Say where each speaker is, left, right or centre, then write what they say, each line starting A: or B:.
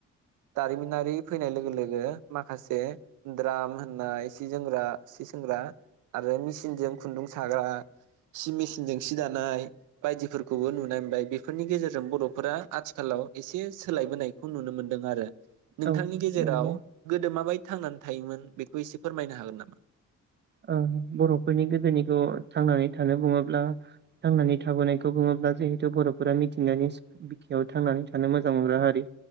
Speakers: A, on the right; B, on the right.
A: दारिमिनारि फैनाय लोगो लोगो माखासे द्राम होननाय सि जोंग्रा सि सोंग्रा आरो मेसिनजों खुन्दुं साग्रा, सि मेसिनजों सि दानाय बायदिफोरखौबो नुनाय मोनबाय बेफोरनि गेजेरजों बर'फोरा आथिखालाव एसे सोलायबोनायखौ नुनो मोनदों आरो। नोंथांनि
B: औ
A: गेजेराव
B: नंगौ
A: गोदो माबायद थांनान थायोमोन बेखौ एसे फोरमायनो हागोन नामा?
B: ओ बर'फोरनि गोदोनिखौ थांनानै थानो बुङोब्ला थांनानै थाबोनायखौ बुङोब्ला जिहेथु बर'फोरा मिथिंगानि बिखायाव थांनानै थानो मोजां मोनग्रा हारि